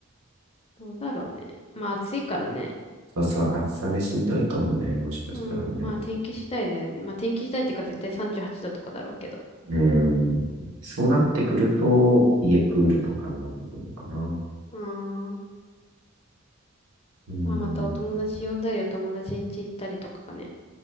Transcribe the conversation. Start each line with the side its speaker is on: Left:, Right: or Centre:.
Left: どうだろうね。まあ暑いからね。
Right: そうそう、暑さでしんどいかもね、もしかしたらね。
Left: うん。まあ天気次第だよね。まあ天気次第っていうか絶対38度とかだろうけど。
Right: うん。そうなってくると、家プールとかになってくるのかな。
Left: あん。
Right: うん。
Left: まあまたお友達呼んだりお友達ん家行ったりとかがね。